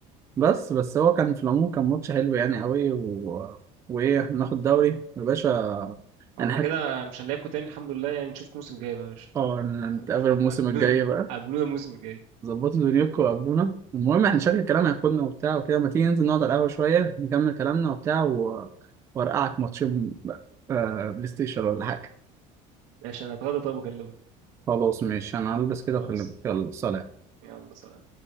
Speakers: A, on the right; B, on the right.
A: بس بس هو كان في العموم كان ماتش حلو يعني قوي و... وايه احنا ناخد دوري يا باشا
B: هو
A: انا
B: احنا
A: حاج...
B: كده مش هنلاعبكم تاني الحمد لله يعني نشوفكم الموسم الجاي بقى يا باشا
A: اه نتقابل
B: <laughs>
A: الموسم
B: قابلونا
A: الجاي بقى
B: قابلونا الموسم الجاي
A: ظبطوا دنيوكوا وقابلونا المهم احنا شكل الكلام هياخدنا وبتاع وكده ما تيجي ننزل نقعد على القهوة شوية نكمل كلامنا وبتاع و... وارقعك ماتشين بقى آه بلاي ستيشن ولا حاجة
B: ماشي انا هتغدى طب واكلمك
A: خلاص ماشي انا هلبس
B: خلاص
A: كده اكلمك يلا سلام
B: يلا سلام